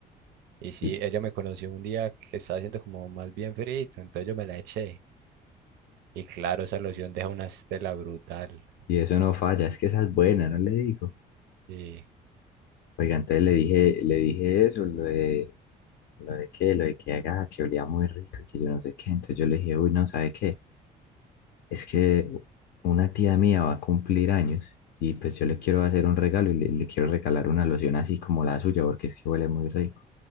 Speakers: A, on the right; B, on the left.
A: Y sí,
B: Y
A: ella me conoció un día que estaba haciendo como más bien frío, entonces yo me la eché. Y claro, esa loción deja una estela brutal.
B: y eso no falla, es que esa es buena, no le digo.
A: Y,
B: Oiga, entonces le dije, le dije eso, lo de, lo de qué, lo de que haga, que olía muy rico y que yo no sé qué. Entonces yo le dije, uy, no, ¿sabe qué? Es que una tía mía va a cumplir años y pues yo le quiero hacer un regalo y le, le quiero regalar una loción así como la suya porque es que huele muy rico.